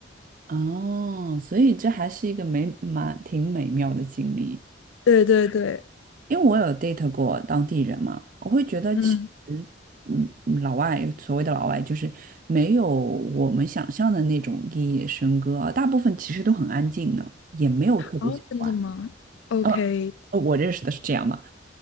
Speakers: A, on the right; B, on the left.
A: 哦，所以这还是一个美蛮挺美妙的经历。
B: 对对对，
A: 因为我有 date 过当地人嘛，我会觉得其实，
B: 嗯，
A: 嗯，嗯老外所谓的老外就是没有我们想象的那种夜夜笙歌啊，大部分其实都很安静的，也没有特别喜欢。
B: 好，真的吗？OK，OK，
A: 呃，呃我认识的是这样嘛，